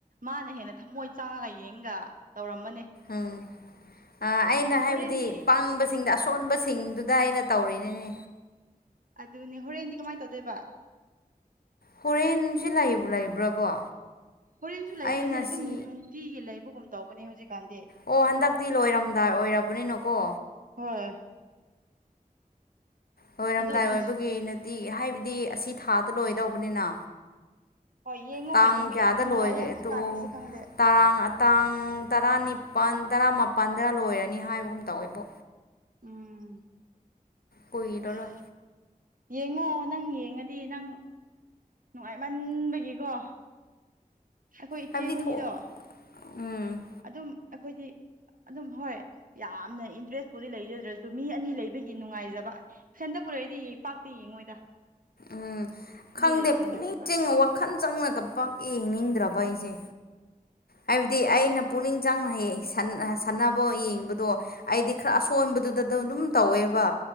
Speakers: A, on the right (about 65°); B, on the left (about 80°).
A: ꯃꯥꯅ ꯍꯦꯟꯅ ꯊꯃꯣꯏ ꯆꯥꯡꯉꯒ ꯌꯦꯡꯒ ꯇꯧꯔꯝꯃꯅꯤ
B: ꯎꯝ ꯑꯩꯅ ꯍꯥꯏꯕꯗꯤ
A: ꯍꯣꯔꯦꯟꯗꯤ
B: ꯄꯥꯡꯕꯁꯤꯡꯗ ꯑꯁꯣꯟꯕꯁꯤꯡꯗꯨꯗ ꯑꯩꯅ ꯇꯧꯔꯤꯅꯤꯅꯦ
A: ꯑꯗꯨꯅꯦ ꯍꯣꯔꯦꯟꯗꯤ ꯀꯃꯥꯏꯅ ꯇꯧꯗꯣꯏꯕ
B: ꯍꯣꯔꯦꯟꯁꯦ ꯂꯩꯕꯨ ꯂꯩꯕ꯭ꯔꯕꯣ
A: ꯍꯣꯔꯦꯟꯁꯨ ꯂꯩꯕꯅꯦ
B: ꯑꯩ ꯉꯁꯤ
A: ꯑꯗꯨꯝ ꯅꯨꯡꯇꯤꯒꯤ ꯂꯩꯕꯒꯨꯝ ꯇꯧꯕꯅꯦ ꯍꯧꯖꯤꯛꯀꯥꯟꯗꯤ
B: ꯑꯣ ꯍꯟꯗꯛꯇꯤ ꯂꯣꯏꯔꯝꯗꯥꯏ ꯑꯣꯏꯔꯕꯅꯤꯅꯀꯣ
A: ꯍꯣꯏ
B: ꯂꯣꯏꯔꯝꯗꯥꯏ
A: ꯑꯗꯣ ꯐꯖ
B: ꯑꯣꯏꯕꯒꯤ ꯇꯤꯒꯤ ꯍꯥꯏꯕꯗꯤ ꯑꯁꯤ ꯊꯥꯗ ꯂꯣꯏꯗꯧꯕꯅꯤꯅ
A: ꯍꯣꯏ ꯌꯦꯡꯉꯣ
B: ꯇꯥꯡ
A: ꯌꯦꯡꯕ
B: ꯀꯌꯥꯗ
A: ꯌꯥꯝ ꯅꯨꯡꯉꯥꯏꯌꯦ
B: ꯂꯣꯏꯒꯦ
A: ꯍꯧꯖꯤꯛꯀꯥꯟꯒꯤꯁꯦ
B: ꯇꯣ
A: ꯈꯪꯗꯦ
B: ꯇꯔꯥꯡ ꯇꯥꯡ ꯇꯔꯥꯅꯤꯄꯜ ꯇꯔꯥꯃꯄꯜꯗ ꯂꯣꯏꯔꯅꯤ ꯍꯥꯏꯕꯒꯨꯝ ꯇꯧꯋꯦꯕꯣ
A: ꯎꯝ
B: ꯀꯨꯏꯔꯔꯣꯏ
A: ꯑꯁ ꯌꯦꯡꯉꯣ ꯅꯪ ꯌꯦꯡꯉꯗꯤ ꯅꯪ ꯅꯨꯡꯉꯥꯏꯃꯟꯕꯒꯤꯀꯣ ꯑꯩꯈꯣꯏ ꯏꯆꯦꯈꯣꯏꯅꯤꯗꯣ
B: ꯍꯥꯏꯕꯗꯤ ꯊꯣꯛ ꯎꯝ
A: ꯑꯗꯨꯝ ꯑꯩꯈꯣꯏꯗꯤ ꯑꯗꯨꯝ ꯍꯣꯏ ꯌꯥꯝꯅ ꯏꯟꯇ꯭ꯔꯦꯁꯄꯨꯗꯤ ꯂꯩꯖꯗ꯭ꯔꯁꯨ ꯃꯤ ꯑꯅꯤ ꯂꯩꯕꯒꯤ ꯅꯨꯡꯉꯥꯏꯖꯕ ꯁꯦꯟꯗ ꯄꯨꯔꯛꯏꯗꯤ ꯌꯦꯄꯥꯛꯇ ꯌꯦꯡꯉꯣꯏꯗ
B: ꯎꯝ
A: ꯑꯅꯤ
B: ꯈꯪꯗꯦ
A: ꯂꯩꯕꯤ ꯅꯨꯡꯉꯥꯏꯖꯕ
B: ꯄꯨꯛꯅꯤꯡ ꯆꯤꯡꯉ ꯋꯥꯈꯜ ꯆꯪꯅꯒ ꯄꯥꯛ ꯌꯦꯡꯅꯤꯡꯗ꯭ꯔꯕ ꯑꯩꯁꯦ ꯍꯥꯏꯕꯗꯤ ꯑꯩꯅ ꯄꯨꯛꯅꯤꯡ ꯆꯪꯅꯌꯦ ꯁꯥꯟꯅꯕ ꯌꯦꯡꯕꯗꯣ ꯑꯩꯗꯤ ꯈꯔ ꯑꯁꯣꯟꯕꯗꯨꯗ ꯑꯗꯨꯝ ꯇꯧꯋꯦꯕ